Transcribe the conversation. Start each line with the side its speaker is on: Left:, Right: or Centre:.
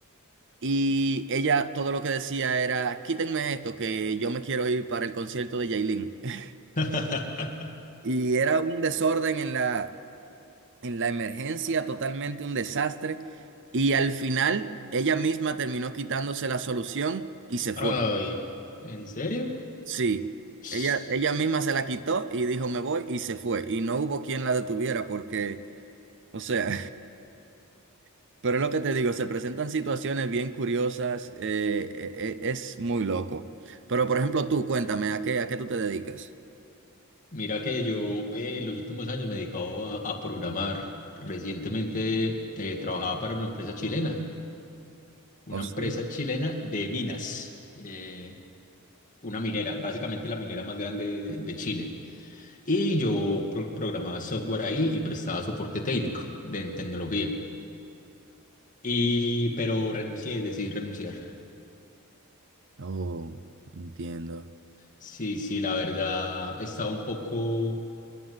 Right: Y ella todo lo que decía era, quítenme esto, que yo me quiero ir para el concierto de Yailin. <laughs>
Left: <laughs>
Right: Y era un desorden en la, en la emergencia, totalmente un desastre. Y al final ella misma terminó quitándose la solución y se
Left: Ay,
Right: fue.
Left: ¿en serio?
Right: Sí,
Left: <sniffs>
Right: ella, ella misma se la quitó y dijo me voy y se fue. Y no hubo quien la detuviera porque, o sea, <laughs> pero es lo que te digo, se presentan situaciones bien curiosas, eh, e- e- es muy loco. Pero por ejemplo tú, cuéntame, ¿a qué, a qué tú te dedicas?
Left: Mira que yo eh, los últimos años me he dedicado a, a programar. Recientemente eh, trabajaba para una empresa chilena, una
Right: ¿O
Left: empresa
Right: sí?
Left: chilena de minas, eh, una minera, básicamente la minera más grande de, de Chile. Y yo pro- programaba software ahí y prestaba soporte técnico de, en tecnología. Y, pero renuncié, decidí renunciar.
Right: Oh, entiendo.
Left: Sí, sí, la verdad estaba un poco...